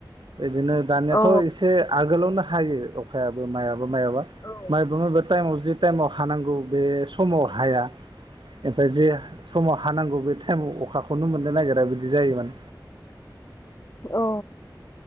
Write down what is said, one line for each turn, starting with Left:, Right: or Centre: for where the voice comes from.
Right: बिदिनो दानियाथ'
Left: औ
Right: एसे आगोलावनो। हायो अखायाबो माइयाबो माइयाबा
Left: औ
Right: <unintelligible> टाइमाव जे टाइमाव हानांगौ बे समाव हाया, ओमफ्राय जि समाव हानांगौ। बे टाइमाव अखाखौनो मोननो नागिरा बिदि जायो माने
Left: औ